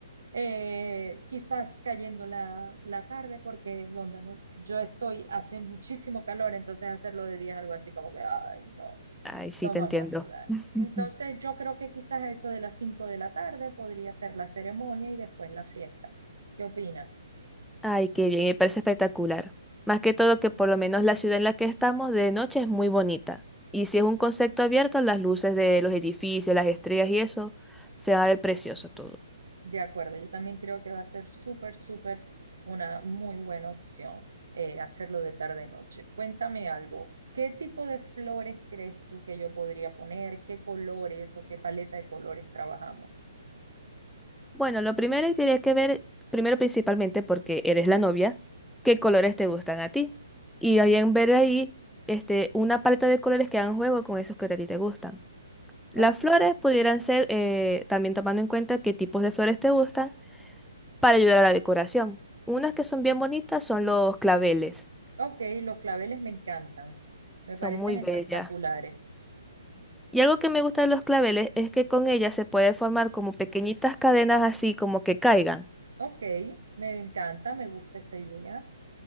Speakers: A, on the right; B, in the centre.
A: Eh, quizás cayendo la, la tarde porque es donde no- yo estoy, hace muchísimo calor, entonces hacerlo de día es algo así como que, ay, no,
B: Ay, sí,
A: nos
B: te
A: vamos
B: entiendo.
A: a sudar.
B: <laughs>
A: Entonces yo creo que quizás eso de las 5 de la tarde podría ser la ceremonia y después la fiesta. ¿Qué opinas?
B: Ay, qué bien, me parece espectacular. Más que todo que por lo menos la ciudad en la que estamos de noche es muy bonita. Y si es un concepto abierto, las luces de los edificios, las estrellas y eso, se va a ver precioso todo.
A: De acuerdo, yo también creo que va a ser súper, súper una muy buena opción eh, hacerlo de tarde-noche. Cuéntame algo, ¿qué tipo de flores crees tú que yo podría poner? ¿Qué colores o qué paleta de colores trabajamos?
B: Bueno, lo primero que quería que ver, primero principalmente porque eres la novia, qué colores te gustan a ti. Y bien ver ahí este, una paleta de colores que hagan juego con esos que a ti te gustan. Las
A: Ok,
B: flores pudieran ser, eh, también tomando en cuenta qué tipos de flores te gustan para ayudar a la decoración. Unas que son bien bonitas son los claveles,
A: ok, los claveles me encantan, me
B: son
A: parecen
B: muy
A: espectaculares.
B: bellas. Y algo que me gusta de los claveles es que con ellas se puede formar como pequeñitas cadenas así como que caigan.
A: Ok, me encanta, me gusta esa idea,